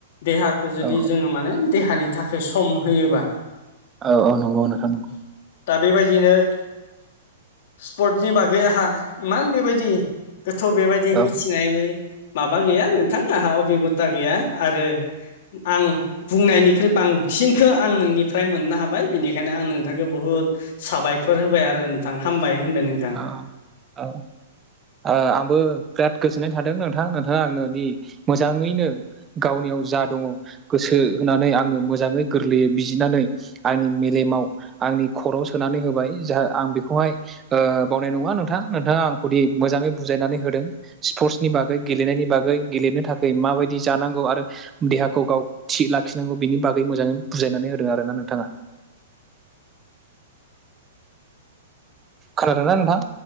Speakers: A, on the left; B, on the right.
A: देहा खो जुदि
B: औ
A: जोङो माने देहानि थाखाय सम होयोबा
B: औ औ नंगौ नोंथां नंगौ
A: दा बेबायदिनो स्पर्टसनि बागै आंहा इमान बेबायदि थ' बेबायदि मिथिनाय
B: औ
A: माबा गैया नोंथां आंहा अभिगथा गैया आरो आं बुंनायनिख्रुइ बांसिनखो आं नोंनिफ्राय मोननो हाबाय बेनिखायनो आं नोंथांखो बुहुद साबायखर होबाय आरो नोंथां हामबाय होनबाय नोंथां।
B: औ औ ओ आंबो बिराद गोजोननाय थादों नोंथां नोंथाङा आंनो दि मोजाङैनो गावनियाव जा दङ गोसो होनानै आंनो मोजाङै गोरलैयै बिजिरनानै आंनि मेलेमाव आंनि खर'वाव सोनानै होबाय जा‌ आं बेखौहाय ओ बावनाय नङा नोंथां नोंथाङा आंखौदि मोजाङै बुजायनानै होदों स्पर्टसनि बागै गेलेनायनि बागै गेलेनो थाखाय माबायदि जानांगौ आरो देहाखौ गाव थिग लाखिनांगौ बिनि बागै मोजाङै बुजायनानै होदों आरोना नोंथाङा। खोनादोना नोंथां?